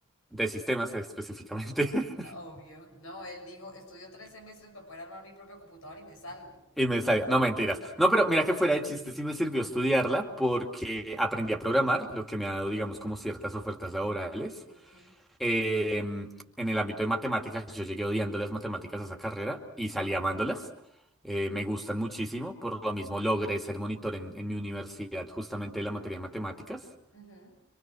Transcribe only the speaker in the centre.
de sistemas específicamente,
<laughs>
y me salió, no mentiras. No, pero mira que fuera de chiste, sí me sirvió estudiarla porque aprendí a programar, lo que me ha dado, digamos, como ciertas ofertas laborales.
eh, en el ámbito de matemáticas, yo llegué odiando las matemáticas a esa carrera y salí amándolas. Eh, me gustan muchísimo, por lo mismo logré ser monitor en, en mi universidad justamente de la materia de matemáticas.